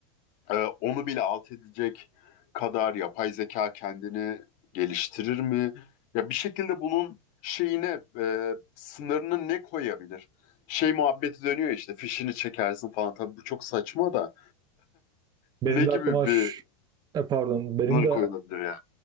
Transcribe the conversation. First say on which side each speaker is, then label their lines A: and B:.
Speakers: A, on the left (about 45°); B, on the right (about 20°).
A: Ee, onu bile alt edecek kadar yapay zeka kendini geliştirir mi? Ya bir şekilde bunun şeyine e, sınırını ne koyabilir? Şey muhabbeti dönüyor işte fişini çekersin falan. Tabii bu çok saçma da
B: Benim
A: ne gibi
B: de aklıma
A: bir
B: ş- e, pardon benim
A: sınır
B: de
A: koyulabilir ya?